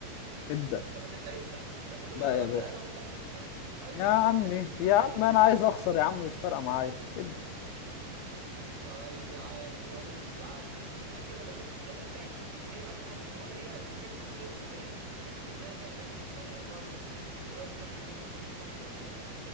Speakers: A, on the left; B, on the right.
A: ابدا
B: طب هتبدا انت انت كل
A: لا
B: مره ببدا
A: يا باشا
B: انا وانت بتخسر غير
A: يا عمي
B: ابدا انت المره
A: يا عم
B: دي
A: انا عايز اخسر يا عم مش فارقه معايا ابدا
B: طيب يا عم ولا تزعل فاكر انا كنت سالتك ايه اشهر روايه للكاتب فلان الفلاني وكانت الاجابه 1984 الروايه اسمها كده دي من اشهر الروايات